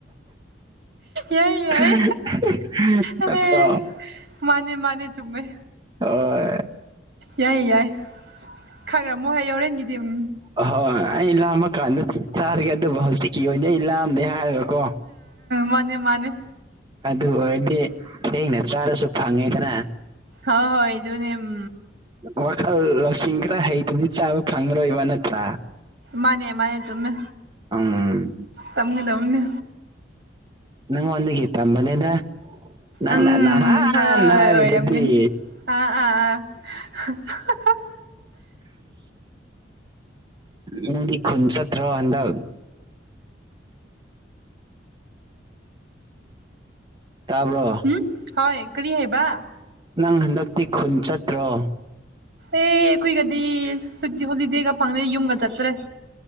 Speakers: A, on the right; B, on the right.
A: ꯌꯥꯏ
B: <unintelligible>
A: ꯌꯥꯏ ꯑꯔꯦ ꯃꯥꯅꯦ ꯃꯥꯅꯦ ꯆꯨꯝꯃꯦ
B: ꯍꯣꯏ
A: ꯌꯥꯏ ꯌꯥꯏ ꯈꯪꯔꯝꯃꯣ ꯍꯣꯏ ꯍꯣꯔꯦꯟꯒꯤꯗꯤ ꯎꯝ
B: ꯑꯍꯣꯏ ꯑꯩ ꯂꯥꯝꯃꯀꯥꯟꯗ ꯆꯥꯔꯒꯦ ꯑꯗꯨꯕꯨ ꯍꯧꯖꯤꯛꯀꯤ ꯑꯣꯏꯅꯗꯤ ꯑꯩ ꯂꯥꯑꯝꯗꯦ ꯍꯥꯏꯔꯒꯀꯣ
A: ꯃꯥꯅꯦ ꯃꯥꯅꯦ
B: ꯑꯗꯨ ꯑꯣꯏꯔꯗꯤ ꯊꯦꯡꯅ ꯆꯥꯔꯁꯨ ꯐꯪꯉꯦꯗꯅ
A: ꯍ ꯍꯣꯏ ꯏꯗꯨꯅꯦ ꯎꯝ
B: ꯋꯥꯈꯜ ꯂꯧꯁꯤꯡ ꯈꯔ ꯍꯩꯇꯗꯤ ꯆꯥꯕ ꯐꯪꯉꯔꯣꯏꯕ ꯅꯠꯇ꯭ꯔꯥ
A: ꯃꯥꯅꯦ ꯃꯥꯅꯦ ꯆꯨꯝꯃꯦ
B: ꯎꯝ
A: ꯇꯝꯒꯗꯕꯅꯤꯅꯦ
B: ꯅꯪ ꯑꯣꯅꯤꯒꯤ ꯇꯝꯕꯅꯦꯅ ꯅꯪꯅ
A: ꯎꯝ
B: ꯅꯍꯥꯟ
A: ꯍꯣꯏ
B: ꯍꯥꯏ
A: ꯑꯣꯏꯔꯝꯒꯅꯤ
B: ꯑꯗꯨꯗꯤ
A: ꯑꯥ ꯑꯥ ꯑꯥ <unintelligible>
B: ꯅꯪꯗꯤ ꯈꯨꯟ ꯆꯠꯇ꯭ꯔꯣ ꯍꯟꯗꯛ ꯇꯥꯕꯔꯣ
A: ꯎꯝ ꯍꯣꯏ ꯀꯔꯤ ꯍꯥꯏꯕ
B: ꯅꯪ ꯍꯟꯗꯛꯇꯤ ꯈꯨꯟ ꯆꯠꯇ꯭ꯔꯣ
A: ꯑꯦ ꯑꯩꯈꯣꯏꯒꯗꯤ ꯁꯨ ꯍꯣꯂꯤꯗꯦꯒ ꯐꯪꯃꯦ ꯌꯨꯝꯒ ꯆꯠꯇ꯭ꯔꯦ